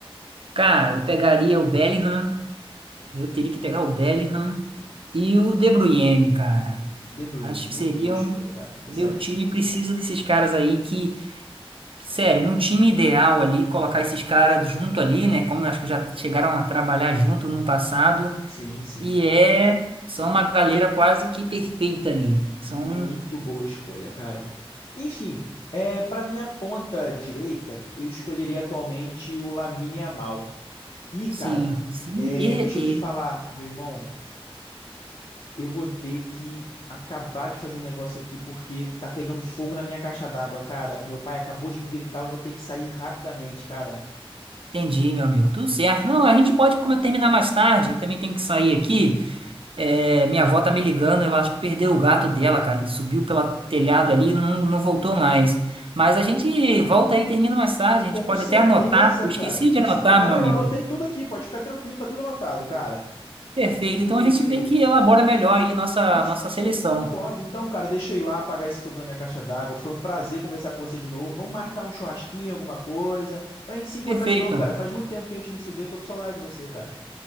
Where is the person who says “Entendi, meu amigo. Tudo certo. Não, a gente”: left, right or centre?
Right